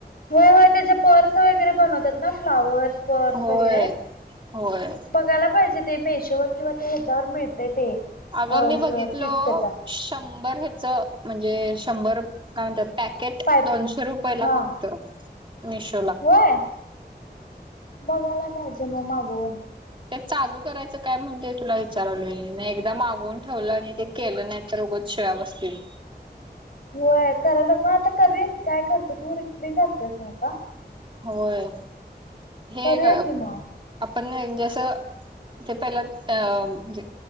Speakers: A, on the left (about 60°); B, on the right (about 30°).
A: होय होय त्याचे पर्स वगैरे बनवतात ना फ्लावर्स. पर्स
B: होय
A: वगैरे.
B: होय
A: बघायला पाहिजे ते मेशोवर किंवा ते ह्याच्यावर मिळतय ते. अ
B: अगं मी बघितलो,
A: किट त्याचा
B: शंभर ह्याच म्हणजे शंभर काय म्हणतात पॅकेट
A: पाईप
B: दोनशे रुपये ला
A: हा
B: फक्त. मिशो
A: होय. बघायला पाहिजे मग मागऊन.
B: ते चालू करायचं काय म्हणजे तुला विचारालोय. म एकदा मागवून ठेवलं आणि ते केलं नाही तर उगच शिळा बसतील.
A: होय करायला मग आता करूया कि, काय करतो तू फ्रीच असतेस न का.
B: होय. हे
A: करूया
B: ग
A: की मग
B: आपण जस ते पहिला त्या म्हणजे,